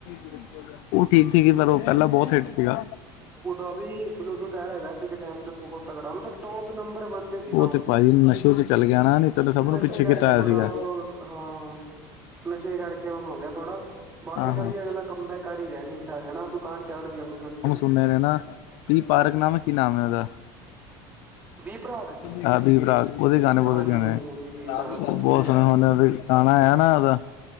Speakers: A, on the left; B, on the right.
A: <unintelligible> ਉਹ ਕੀਤੀ ਸੀ ਪਰ ਉਹ ਪਹਿਲਾਂ ਬਹੁਤ ਹਿੱਟ ਸੀਗਾ
B: ਉਦਾਂ ਵੀ ਬਲੂਟੂਥ ਆਇਰ ਹੈਗਾ ਸੀ ਇੱਕ ਟਾਈਮ ਤੇ ਬਹੁਤ ਤਗੜਾ, ਉਦਾ ਟੋਪ ਨੰਬਰ ਵਨ ਤੇ ਸੀਗਾ
A: ਉਹ
B: ਔ,
A: ਭਾਜੀ ਨਸ਼ੇ 'ਚ ਚੱਲ ਗਿਆ ਨਾ ਨਹੀਂ ਤਾਂ ਸਭ ਨੂੰ
B: ਨਸ਼ੇ
A: ਪਿੱਛੇ
B: ਕਰਕੇ
A: ਕੀਤਾ ਹੋਇਆ
B: ਥੋੜਾ
A: ਸੀਗਾ
B: ਓਹ, ਹਾਂ। ਨਸ਼ੇ ਕਰਕੇ ਔਣ ਹੋ ਗਿਆ ਥੋੜਾ। ਬਾਕੀ
A: ਹਾਂ
B: ਫਿਰ
A: ਹਾਂ
B: ਵੀ ਅਗਲਾ ਕੰਮ ਬੈਕ ਕਰ ਹੀ ਰਿਐ ਠੀਕ-ਠਾਕ ਹੈਨਾ। ਦੁਕਾਨ ਚੱਲ ਰਹੀ ਉਹਦੀ ਵਧੀਆ।
A: ਮੈਨੇ ਨਾ ਪੀ ਪਾਰਕ ਨਾਮ ਏ, ਕੀ ਨਾਮ ਏ ਔਦਾ?
B: ਬੀ ਪਰਾਗ
A: ਹਰਪ੍ਰੀਤ ਬਰਾੜ ਉਦੇ ਗਾਣੇ ਬਹੁਤ
B: ਹਾਂਜੀ
A: ਸੁਣ
B: ਹਾਂਜੀ
A: ਨੇ
B: ਹਾਂਜੀ ਬੀ ਪਰਾਗ
A: ਬਹੁਤ
B: ਬੀ ਪਰਾਗ
A: ਸੋਹਣੇ ਉਹਦੇ। ਤਾਣਾ ਹੈ ਨਾ ਉਦਾਂ।